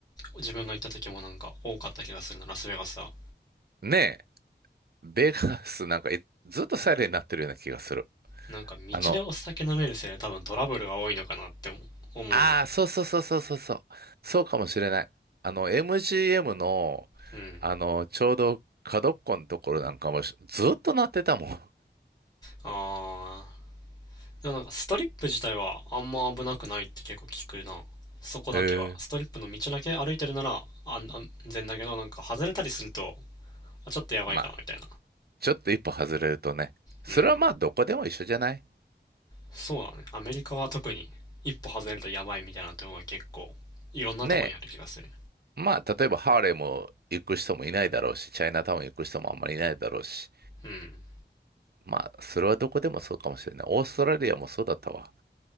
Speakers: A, on the left (about 20°); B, on the right (about 60°).
A: 自分が行った時もなんか多かった気がするな、ラスベガスは。
B: ねえ、ベガスなんかいずっとサイレンになってるような気がする。
A: なんか道でお酒飲めるせいで多分トラブルが多いのかなって思うな。
B: あの、ああ、そうそうそうそうそうそう。そうかもしれない。あの、MGM の、
A: うん。
B: あの、ちょうど角っこのところなんかもしずっと鳴ってたもん。
A: ああ、でもなんかストリップ自体はあんま危なくないって結構聞くな。そこだけは。
B: へえ。
A: ストリップの道だけ歩いてるなら安安全だけど、なんか外れたりすると、あ、ちょっとやばいかなみたい
B: まあちょっと一歩外れるとね、それはまあどこでも一緒じゃない
A: な。うん。そうだね。アメリカは特に一歩外れるとやばいみたいなところが結構いろんなとこにある気がする。
B: ねえ、まあ例えばハーレムも行く人もいないだろうし、チャイナタウン行く人もあんまりいないだろうし、
A: うん。
B: まあそれはどこでもそうかもしれない。オーストラリアもそうだったわ。